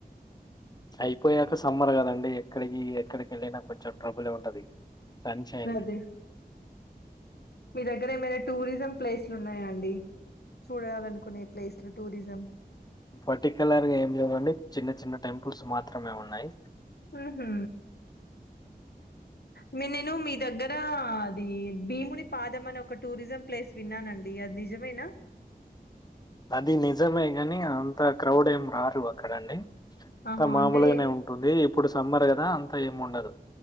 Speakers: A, on the left; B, on the left.
A: అయిపోయాక సమ్మర్ కదండి ఎక్కడికి ఎక్కడికి వెళ్ళిన కొంచెం ట్రబులే ఉంటది పంచాయతీ
B: అదే మీ దగ్గర ఏమైనా టూరిజం ప్లేస్లు ఉన్నాయా అండి చూడాలనుకునే ప్లేస్లు టూరిజం
A: పర్టికులర్ గా ఏం లేవండి చిన్న చిన్న టెంపుల్స్ మాత్రమే ఉన్నాయి
B: ఉహూ మీ నేను మీ దగ్గర అది భీముని పాదం అనే ఒక టూరిజం ప్లేస్ విన్నానండి అది నిజమేనా
A: అది నిజమే గాని అంత క్రౌడ్ ఏం రారు అక్కడండి అంతా
B: ఆహా
A: మామూలుగానే
B: అంటే
A: ఉంటుంది ఇప్పుడు సమ్మర్ కదా అంతా ఏం ఉండదు